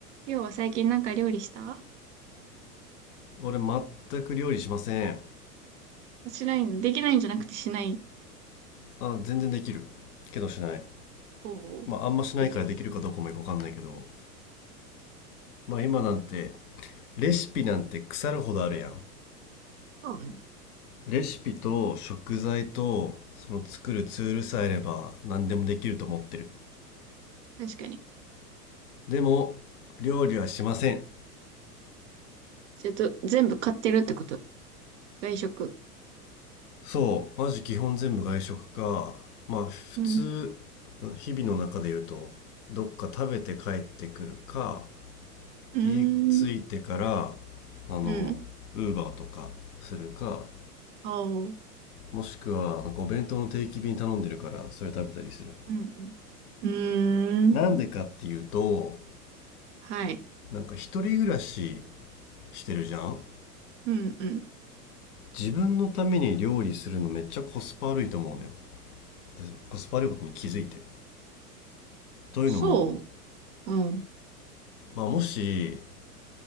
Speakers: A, on the right; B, on the left.
A: りょうは最近なんか料理した
B: 俺全く料理しません
A: しないの、できないんじゃなくてしない
B: あ全然できるけどしない
A: 方を
B: まああんましないからできるかどうかもよかわかんないけど
A: いる。
B: まあ今なんてレシピなんて腐るほどあるやん
A: そうね。ん
B: レシピと食材とその作るツールさえあれば何でもできると思ってる
A: 確かに。
B: でも料理はしません
A: ちょっと全部買ってるってこと。外食。
B: そうマジ基本全部外食かまあ普通
A: うん。
B: 日々の中で言うとどっか食べて帰ってくるか
A: うーん。
B: 家着いてからあのウーバーとかするか
A: うん。あお。
B: もしくはなんかお弁当の定期便頼んでるからそれ食べたりする
A: うん。うん。うーん。
B: なんでかっていうと
A: はい。
B: なんか一人暮らししてるじゃん
A: うん。うん。
B: 自分のために料理するのめっちゃコスパ悪いと思うのよでコスパ悪いことに気づいてというのも、
A: そう。うん。
B: まあ、もし